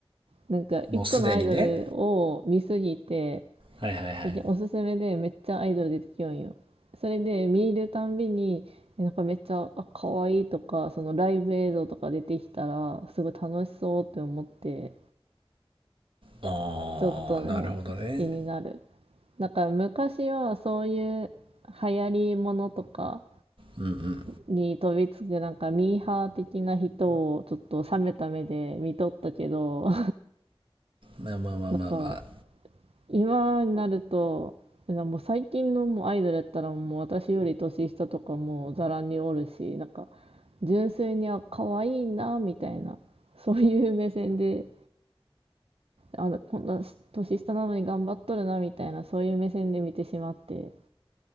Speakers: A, on the right (about 80°); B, on the right (about 65°).
A: なんか一個のアイドルを見すぎて、
B: もうすでにね。はいはいはい。
A: だっておすすめでめっちゃアイドル出てきよんよ。それで見るたんびに、えなんかめっちゃ、あ、可愛いとか、そのライブ映像とか出てきたら、すごい楽しそうって思って、
B: ああなるほどね。
A: ちょっとね、気になる。なんから昔はそういう流行りものとか
B: うんうん。
A: に飛びつくなんかミーハー的な人をちょっと冷めた目で見とったけど
B: まあまあまあまあまあ。
A: <laughs>、なんか今になると、なもう最近のもうアイドルやったらもう私より年下とかもうざらにおるし、なんか純粋にあ、可愛いなみたいな、そういう目線であのこんな年下なのに頑張っとるなみたいなそういう目線で見てしまって